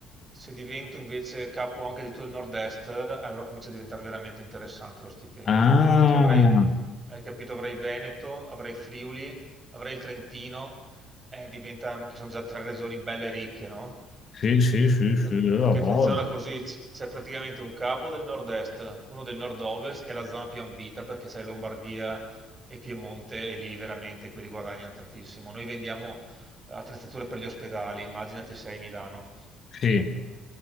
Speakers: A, on the right; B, on the left.
A: Se divento invece capo anche di tutto il nord-est, allora comincia a diventare veramente interessante lo stipendio,
B: Ah,
A: perché avrei, hai capito, avrei Veneto, avrei Friuli, avrei il Trentino, eh, diventano, che sono già tre regioni belle ricche, no?
B: sì, sì, sì, sì,
A: Per-
B: io
A: Perché
B: la voglio.
A: funziona così, c- c'è praticamente un capo del nord-est, uno del nord-ovest che è la zona più ambita perché c'è Lombardia e Piemonte e lì veramente quelli guadagnano tantissimo. Noi vendiamo attrezzature per gli ospedali, immaginati se sei a Milano
B: Sì.